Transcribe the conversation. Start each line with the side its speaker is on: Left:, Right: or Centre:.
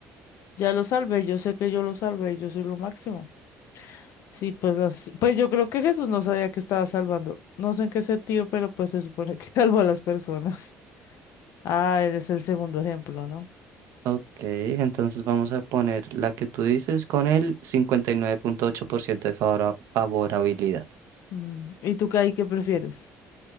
Left: Ya lo salvé, yo sé que yo lo salvé, yo soy lo máximo. Sí, pues las, pues yo creo que Jesús no sabía que estaba salvando. No sé en qué sentido, pero pues se supone que <laughs> salvó a las personas. Ah, eres el segundo ejemplo, ¿no?
Right: Ok, entonces vamos a poner la que tú dices con el 59.8% de favora- favorabilidad.
Left: Mm, ¿Y tú, Kai, qué prefieres?